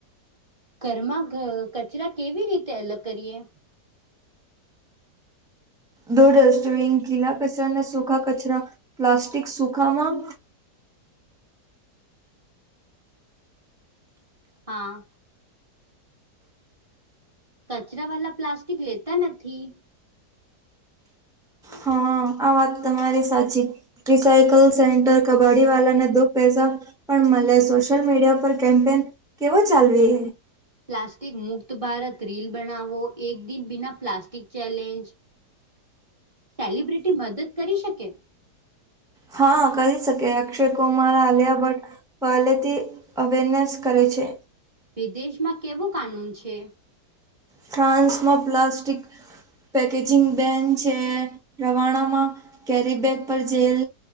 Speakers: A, on the right (about 20°); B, in the centre.
A: ઘરમાં ઘ કચરા કેવી રીતે અલગ કરીએ
B: દો ડસ્ટબીન ગીલા કચરાના સૂખા કચરા પ્લાસ્ટિક સુખામાં
A: હા કચરા વાલા પ્લાસ્ટિક લેતા નથી
B: હા આ વાત તમારી સાચી રિસાાઈકલ સેન્ટર કબા્ડી વાલા ને દો પૈસા પણ મને સોશિયલ મીડિયા પર કેમ્પેન કેવો ચાલવી
A: પ્લાસ્ટિક મુક્ત ભારત રીલ બનાવો એક દિન બિના પ્લાસ્ટિક ચેલેન્જ સેલિબ્રિટી મદદ કરી શકે
B: હા કરી શકે અક્ષય કુમાર આલિયા ભટ્ટ પહેલેથી અવેરનેસ કરે છે
A: વિદેશમાં કેવું કાનૂન છે
B: ફ્રાન્સમાં પ્લાસ્ટિક પેકેજિંગ બેન છે રવાનામાં કેરી બેગ પર જેલ